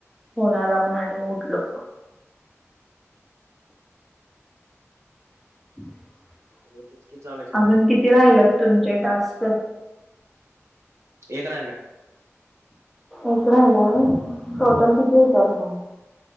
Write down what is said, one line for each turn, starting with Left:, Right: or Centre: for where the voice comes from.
Centre: फोन आला म्हणून आणि उठलो. <inaudible>
Right: सगळ किचकीच झालंय.
Centre: अजुन किती राहिलेत तुमचे टास्क?
Right: एक राहिलाय.
Centre: एक राहिलाय होय टोटल किती होत्यात मग?